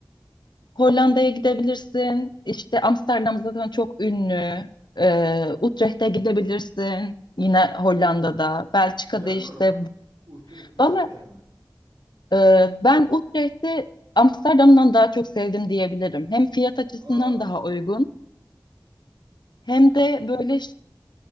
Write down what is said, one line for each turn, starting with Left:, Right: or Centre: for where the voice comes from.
Left: Hollanda'ya gidebilirsin. İşte Amsterdam zaten çok ünlü. Ee, Utrecht'e gidebilirsin. Yine Hollanda'da. Belçika'da
Right: Güzel
Left: işte.
Right: mi oralar? Uhturet güzel
Left: Valla
Right: bir yer mi?
Left: e, ben Utrecht'i Amsterdam'dan daha çok sevdim diyebilirim. Hem fiyat açısından
Right: Aa,
Left: daha uygun hem
Right: evet.
Left: de böyle